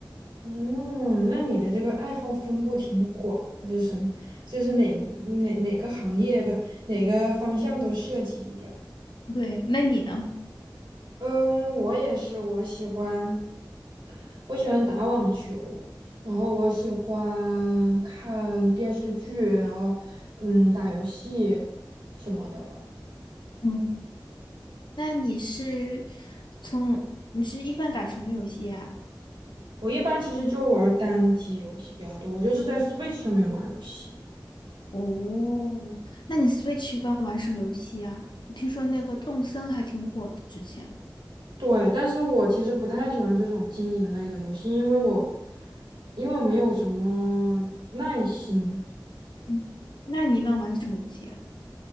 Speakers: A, on the right (about 75°); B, on the left (about 75°).
A: 嗯，那你的这个爱好分布挺广，就是什么，就是哪哪哪个行业不，哪个方向都涉及一点儿。
B: 对，那你呢？
A: 嗯，我也是，我喜欢我喜欢打网球，然后我喜欢看电视剧，然后嗯打游戏什么的吧。
B: 嗯，那你是从你是一般打什么游戏呀？
A: 我一般其实就玩儿单机游戏比较多，我就是在 Switch 上面玩儿游戏。
B: 哦，那你 Switch 一般玩什么游戏啊？我听说那个动森还挺火的之前，
A: 对，但是我其实不太喜欢这种经营类的游戏，因为我因为我没有什么耐心。
B: 嗯那你一般玩什么游戏啊？